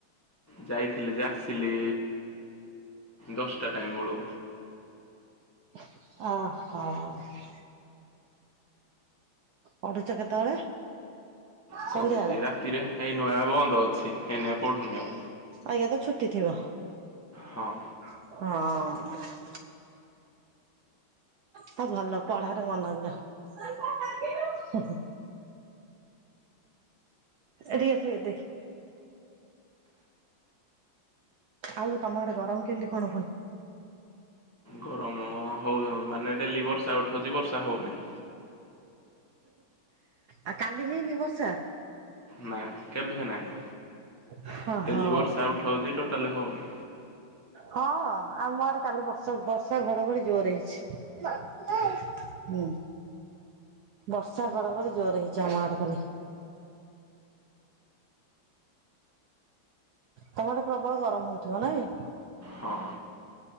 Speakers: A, on the left; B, on the right.
A: ଯାଇଥିଲି ଯେ ଆସିଲି ଦଶଟା ଟାଇମ୍ ବେଳୁ।
B: ଅହ। ପଢୁଛ କେତେବେଳେ?
A: ପଢୁଛି
B: ସନ୍ଧ୍ୟାବେଳେ?
A: ରାତିରେ ଏଇ ନୂଆଁ ବନ୍ଦ ଅଛି ଏଇନେ ପଢୁନି ଆଉ।
B: ଆଜ୍ଞା ତ ଛୁଟି ଥିବ।
A: ହଁ।
B: ହଁ। ହଉ ଭଲ ପଢାରେ ମନ ଦିଅ। ଏଠିକି ଆସି ଦେ। ଆଉ ତମ ଆଡେ ଗରମ କେମିତି କଣ ପୁଣି?
A: ଗରମ ହଉ ହଁ ମାନେ ଡେଲି ବର୍ଷା ଉଠଉଚି ବର୍ଷା ହୋଉନି।
B: ଆ କାଲି ହେଇନି ବର୍ଷା?
A: ନା କେଭେ ହେ ନାହିଁ।
B: ହଁ
A: ଡେଲି
B: ହଁ।
A: ବର୍ଷା ଉଠଉଛି ଟୋଟାଲ ହଉନି।
B: ହଁ ଆମ ଆଡେ କାଲି ବର୍ଷା ବର୍ଷା ଘଡଘଡି ଜୋରେ ହେଇଛି। ହୁଁ ବର୍ଷା ଘଡଘଡି ଜୋରେ ହେଇଛି ଆମ ଆଡେ କାଲି। ତମ ଆଡେ ପ୍ରବଳ ଗରମ ହଉଥିବ ନାଇଁ?
A: ହଁ